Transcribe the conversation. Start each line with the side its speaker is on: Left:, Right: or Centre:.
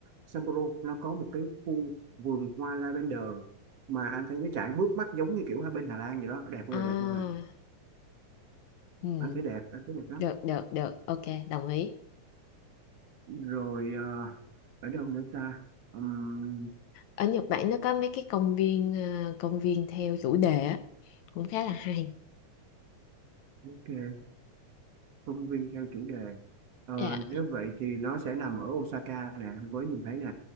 Right: Sapporo nó có một cái khu vườn hoa lavender mà anh thấy nó chảy mướt mắt giống như kiểu hai bên Hà Lan vậy đó đẹp ơi
Left: à
Right: là đẹp luôn nè
Left: ừ.
Right: anh thấy đẹp anh thấy đẹp lắm
Left: được được được ok đồng ý
Right: rồi ờ, ở đâu nữa ta Ừm,
Left: ở Nhật Bản nó có mấy cái công viên ờ, công viên theo chủ đề á cũng khá là hay
Right: ok công viên theo chủ đề Ờ,
Left: dạ
Right: nếu vậy thì nó sẽ nằm ở Osaka nè với nhìn thấy nè